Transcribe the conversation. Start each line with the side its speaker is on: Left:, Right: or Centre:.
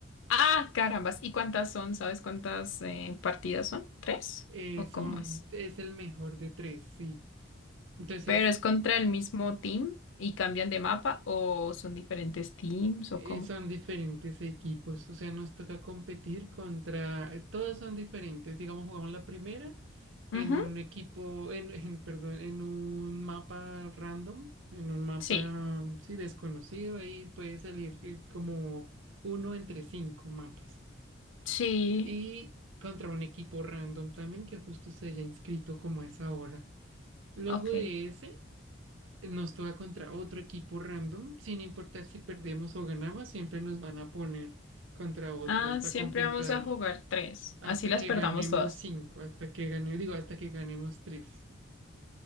Left: Ah, carambas. ¿Y cuántas son? ¿Sabes cuántas eh, partidas son? ¿Tres?
Right: Eh,
Left: ¿O
Right: son,
Left: cómo es?
Right: es el mejor de tres, sí. Entonces,
Left: ¿Pero es contra el mismo team y cambian de mapa o son diferentes teams
Right: eh,
Left: o cómo?
Right: son diferentes equipos, o sea, nos toca competir contra, eh, todos son diferentes. Digamos, jugamos la primera en
Left: Ujú,
Right: un equipo, en, en, perdón, en un mapa random, en un mapa,
Left: Sí,
Right: sí, desconocido, ahí puede salir eh, como uno entre cinco mapas.
Left: sí,
Right: Y contra un equipo random también que justo se haya inscrito como a esa hora. Luego
Left: ok.
Right: de ese, nos toca contra otro equipo random, sin importar si perdemos o ganamos, siempre nos van a poner contra otro
Left: Ah,
Right: hasta
Left: siempre
Right: completar,
Left: vamos a jugar tres.
Right: hasta
Left: Así las
Right: que
Left: perdamos
Right: ganemos
Left: todas.
Right: cinco, hasta que gane, digo, hasta que ganemos tres.